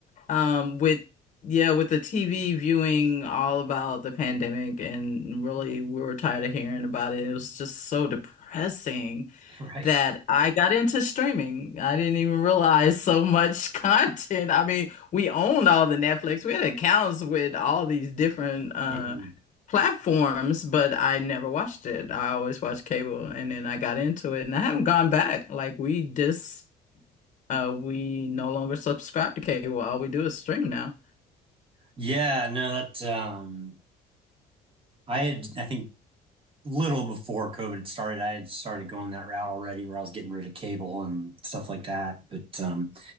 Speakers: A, on the left (about 50°); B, on the right (about 30°).
A: um, with yeah, with the TV viewing all about the pandemic, and really we were tired of hearing about it. It was just so depressing
B: <laughs> right.
A: that I got into streaming. I didn't even realize so much <laughs> content. I mean, we owned all the Netflix. We had accounts with all these different uh
B: hmm
A: platforms, but I never watched it. I always watched cable, and then I got into it, and I haven't gone back. Like we just uh, we no longer subscribe to cable. All we do is stream now.
B: Yeah, no, that um I had I think little before COVID had started, I had started going that route already where I was getting rid of cable and stuff like that. But um